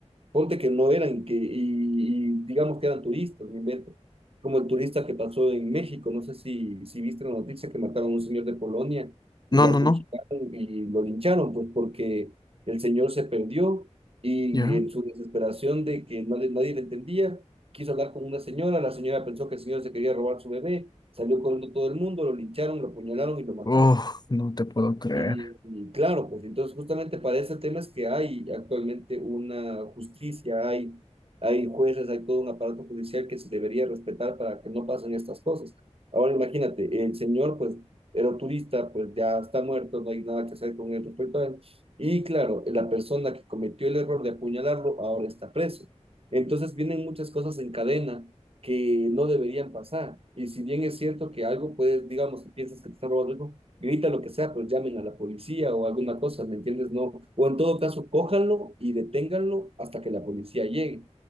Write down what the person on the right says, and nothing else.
Ponte que no eran, que, y, y digamos que eran turistas, me invento. Como el turista que pasó en México, no sé si, si viste la noticia que mataron a un señor de Polonia, lo
acuchillaron
y lo lincharon, pues porque el señor se perdió y
en su desesperación de que no le- nadie le entendía, quiso hablar con una señora, la señora pensó que el señor se quería robar su bebé, salió corriendo todo el mundo, lo lincharon, lo apuñalaron y lo mataron.
Y, y claro, pues entonces justamente para ese tema es que hay actualmente una justicia, hay, hay jueces, hay todo un aparato judicial que se debería respetar para que no pasen estas cosas. Ahora imagínate, el señor pues era turista, pues ya está muerto, no hay nada que hacer con él respecto a él. Y claro, la persona que cometió el error de apuñalarlo ahora está preso. Entonces vienen muchas cosas en cadena que no deberían pasar. Y si bien es cierto que algo puedes, digamos, si piensas que te están robando algo, grita lo que sea, pues llamen a la policía o alguna cosa, ¿me entiendes? No, o en todo caso, cójanlo y deténganlo hasta que la policía llegue,